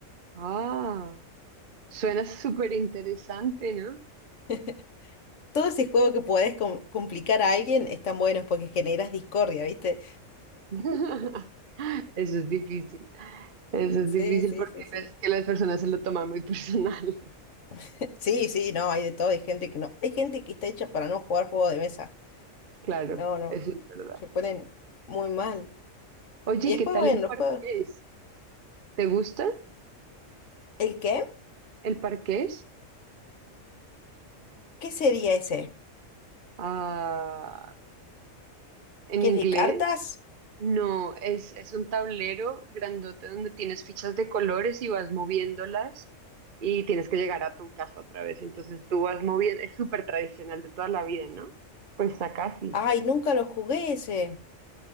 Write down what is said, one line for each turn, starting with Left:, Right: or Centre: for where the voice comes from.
Right: Ah, suena súper interesante, ¿no?
Left: <laughs> Todo ese juego que podés com- complicar a alguien están buenos porque generas discordia, ¿viste?
Right: <laughs> Eso es difícil. Eso es
Left: Sí,
Right: difícil
Left: sí,
Right: porque
Left: sí,
Right: hay
Left: sí.
Right: veces que las personas se lo toman muy personal. <laughs>
Left: <laughs> Sí, sí, no, hay de todo, hay gente que no. Hay gente que está hecha para no jugar juego de mesa.
Right: Claro,
Left: No, no,
Right: eso es verdad.
Left: se ponen muy mal.
Right: Oye,
Left: Y
Right: ¿y
Left: después,
Right: ¿qué tal
Left: bueno,
Right: el
Left: los
Right: parqués?
Left: juegos.
Right: ¿Te gusta
Left: ¿El qué?
Right: el parqués?
Left: ¿Qué sería ese?
Right: Ah, ¿En
Left: ¿Qué
Right: inglés?
Left: es de cartas?
Right: No, es, es un tablero grandote donde tienes fichas de colores y vas moviéndolas y tienes que llegar a tu casa otra vez. Entonces tú vas moviendo, es súper tradicional de toda la vida, ¿no? Pues acá sí.
Left: Ay, nunca lo jugué ese.